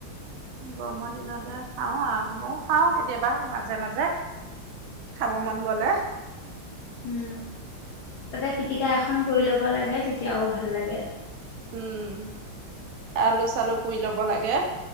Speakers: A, on the right; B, on the left.
A: গৰমৰ দিনতে খাওঁ আহ, ময় খাওঁ কেতিয়াবা মাজে মাজে। খাব মন গ'লে।
B: উম, তাতে পিটিকা এখন কৰি ল'ব লাগে তেতিয়াও ভাল লাগে।
A: উম, আলু চালু পুৰি ল'ব লাগে।